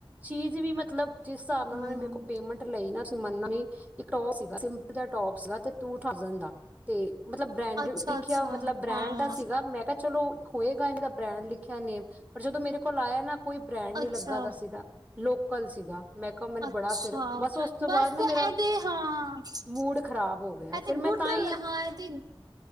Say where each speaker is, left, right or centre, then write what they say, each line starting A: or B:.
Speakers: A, on the right; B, on the right.
A: ਚੀਜ਼ ਵੀ ਮਤਲਬ ਜਿਸ ਹਿਸਾਬ ਨਾਲ
B: ਹਮ
A: ਉਹਨਾਂ ਨੇ ਮੇਰੇ ਕੋਲ ਪੇਮੈਂਟ- ਲਈ ਨਾ ਤੁਸੀਂ ਮੰਨੋ ਗੇ, ਇੱਕ ਟੋਪ ਸੀਗਾ ਸਿੰਪਲ ਦਾ ਟੋਪ ਸੀਗਾ ਤੇ ਟੂ ਥਾਜੂਟ ਦਾ- ਤੇ ਮਤਲਬ ਬ੍ਰੈਂਡੀਡ
B: ਅੱਛਾ
A: ਦੇਖਿਆ
B: ਅੱਛਾ
A: ਮਤਲਬ ਬ੍ਰੈਂਡ
B: ਹਾਂ
A: ਦਾ ਸੀਗਾ ਮੈਂ ਕਿਆ ਚਲੋ- ਹੋਏਗਾ ਇਹਨ ਦਾ ਬ੍ਰੈਂਡ ਲਿਖਿਆ ਨੇਮ, ਪਰ ਜਦੋਂ ਮੇਰੇ ਕੋਲ ਆਇਆ ਨਾ ਕੋਈ ਬ੍ਰੈਂਡ ਨੀ
B: ਅੱਛਾ
A: ਲੱਗਾ ਦੱਸ ਸੀਦਾ- ਲੋਕਲ ਸੀਗਾ। ਮੈਂ ਕਿਹਾ ਮੈਨੂੰ
B: ਅੱਛਾ
A: ਬੜਾ ਫਿਰ ਬਸ ਉਸ ਤੋਂ
B: ਬਸ
A: ਬਾਅਦ ਨਾ
B: ਐਹ
A: ਮੇਰਾ
B: ਦੀ ਹਾਂ-
A: ਮੂਡ ਖ਼ਰਾਬ ਹੋ ਗਿਆ
B: ਐਹ ਦੀ
A: ਫਿਰ
B: ਗੁੱਡ
A: ਮੈਂ ਤਾਂ ਹੀ
B: ਹਾਂ ਐਦੀ-